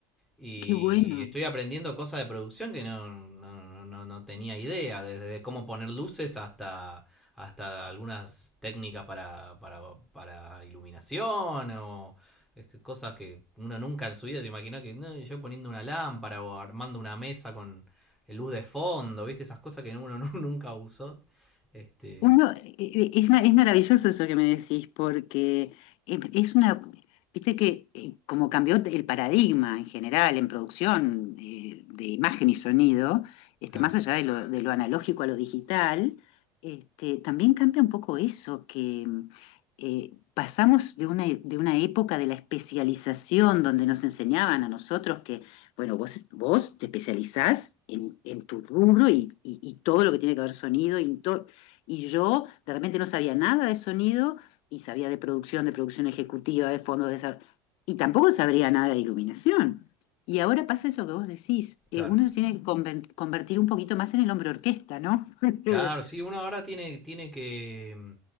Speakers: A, in the centre; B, on the left.
A: y
B: qué bueno.
A: estoy aprendiendo cosas de producción que no, no, no- no- no tenía idea, desde cómo poner luces hasta, hasta algunas técnicas para, para, para iluminación o este, cosas que uno nunca en su vida se imaginó que no, yo poniendo una lámpara o armando una mesa con luz de fondo, ¿viste? Esas cosas que uno <laughs> nu- nunca usó. Este,
B: Uno, eh, eh, es, ma- es maravilloso eso que me decís, porque eh, es una, viste que eh, como cambió el paradigma en general en producción eh, de imagen y sonido, este,
A: claro,
B: más allá de lo, de lo analógico a lo digital, este, también cambia un poco eso, que eh, pasamos de una, de una época de la especialización donde nos enseñaban a nosotros que, bueno, vos, vos te especializás en, en tu rubro y, y- y todo lo que tiene que ver sonido y todo y yo de repente no sabía nada de sonido y sabía de producción, de producción ejecutiva, de fondos de desarrollo, y tampoco sabría nada de iluminación. Y ahora pasa eso que vos decís, eh,
A: claro.
B: uno se tiene que conven- convertir un poquito más en el hombre orquesta, ¿no? <laughs> Porque,
A: Claro, sí, uno ahora tiene, tiene que mm,